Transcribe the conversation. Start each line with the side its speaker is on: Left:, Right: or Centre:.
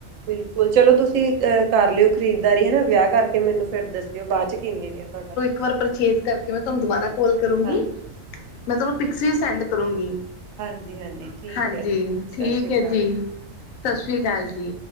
Right: ਬਿਲਕੁਲ ਚਲੋਂ ਤੁਸੀਂ ਅਹ ਕਰ ਲਿਓ ਖ਼ਰੀਦਦਾਰੀ ਹਨਾ ਵਿਆਹ ਕਰਕੇ ਕਿ ਮੈਨੂੰ ਫੇਰ ਦੱਸਿਓ ਬਾਅਦ 'ਚ ਕਿਵੇਂ ਰਿਹਾ ਤੁਹਾਡਾ
Left: ਪਰ ਪਰਚੇਸ ਕਰਕੇ ਮੈਂ ਤੁਹਾਨੂੰ ਦੁਬਾਰਾ ਕਾਲ ਕਰੂੰਗੀ
Right: ਹਾਂਜੀ
Left: ਮੈਂ ਤੁਹਾਨੂੰ ਪੀਕਸ ਵੀ ਸੈਂਡ ਕਰੂੰਗੀ।
Right: ਹਾਂਜੀ-ਹਾਂਜੀ ਠੀਕ
Left: ਹਾਂਜੀ
Right: ਹੈ ਜੀ
Left: ਠੀਕ
Right: ਸਤਿ ਸ੍ਰੀ ਅਕਾਲ।
Left: ਹੈ ਜੀ ਸਤਿ ਸ਼੍ਰੀ ਅਕਾਲ ਜੀ।